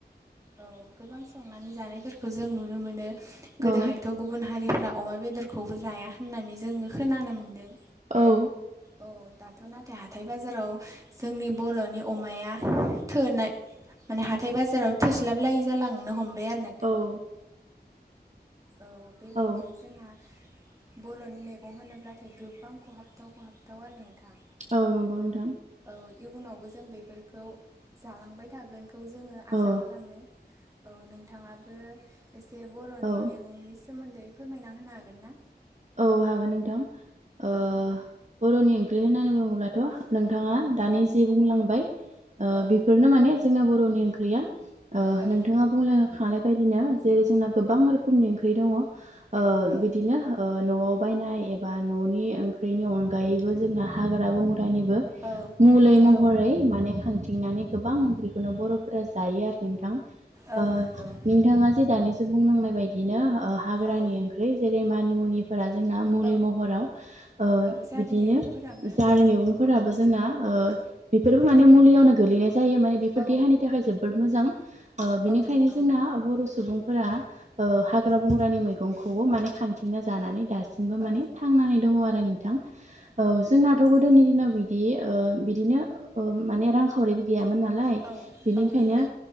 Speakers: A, on the right; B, on the right.
A: औ गोबां संनानै जानायफोरखौ जों नुनो मोनो। गोदोहायथ'
B: औ
A: गुबुन हारिफ्रा अमा बेदरखौबो जाया होननानै जोङो खोनानो मोनदों
B: औ
A: औ दाथ' नाथाय हाथाय बाजाराव जोंनि बर'नि अमाया थोनाय माने हाथाय बाजाराव थोस्लाबलायै जालांनो हमबाय आरो नोंथां।
B: औ
A: औ बेबायदिनो
B: औ
A: जोंहा बर'नि मेगं होनोब्लाथाय गोबां खहाबथाव खहाबथाव आरो नोंथां
B: औ नंगौ नोंथां।
A: औ इयुनावबो जों बेफोरखौ जालांबाय थागोन खौ जोङो आसा
B: औ
A: खालामो औ नोंथाङाबो एसे बर'नि
B: औ
A: मैगंनि सोमोन्दै फोरमायना होनो हागोन ना?
B: औ हागोन नोंथां ओ
A: औ
B: बर'नि ओंख्रि होननानै बुं ब्लाथ' नोंथाङा दानि जि बुंलांबाय ओ
A: औ
B: बेफोरनो माने जोंना बर नि ओंख्रिया ओ
A: औ
B: नोंथाङा बुंलांखानाय बायदिनो जेरै जोंना गोबां रोखोमनि ओं ख्रि दङ ओ
A: औ
B: बिदिनो न'आव बायनाय एबा न'नि ओं ख्रिनि अनगायैबो जोंना हाग्रा बंग्रानिबो
A: औ
B: मलै महरै
A: औ
B: माने खथि नानै गोबां ओंखौनो बर'फोरा जायो आरो नोंथां
A: औ
B: ओ
A: नंगौ
B: नोंथाङा जे दानि नाय बनो हाग्रानि
A: औ
B: ओंख्रि जेरै मानि मुफोरा जोंना मुलि
A: औ
B: महराव ओ
A: औ जारि
B: बिदिनो
A: मैगंफोराबो
B: जारि मैगंफोराबो जोंना ओ बेफोरबो माने मुलियावनो गोलैनाय जायो माने बेफोर
A: औ
B: देहानि थाखाय जोबोद मोजां। ओ बिनिखायनो
A: औ नंगौ
B: जोंना बर' सुबुंफोरा ओ हाग्रा बंग्रानि मैगंखौबो माने खांथिंना जानानै दा सिमबो
A: औ
B: माने थांनानै दङ आरो नोंथां औ जोंनाथ' गोदोनि दिनाव बि दि ओ बिदिनो ओ माने रां खा खावरिबो गैयामोन नालाय
A: औ
B: बेनिखायनो
A: नंगौ